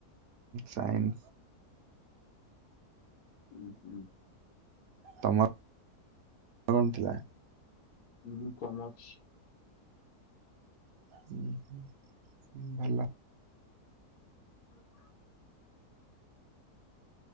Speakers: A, on the right; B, on the left.
A: ସାଇନ୍ସ।
B: <unintelligible>
A: ତମର କଣ ଥିଲା?
B: ହୁଁ କମର୍ସ।
A: ହୁଁ ହୁଁ ହୁଁ ଭଲ।
B: <inaudible>